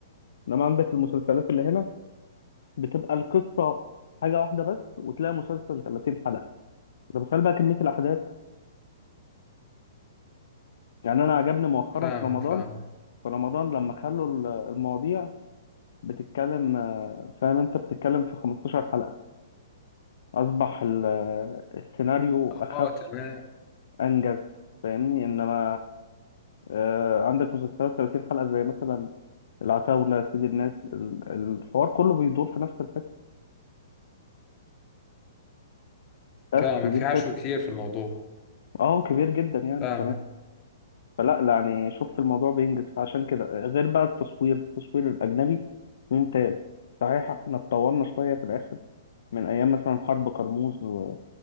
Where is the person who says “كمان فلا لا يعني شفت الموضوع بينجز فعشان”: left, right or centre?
Left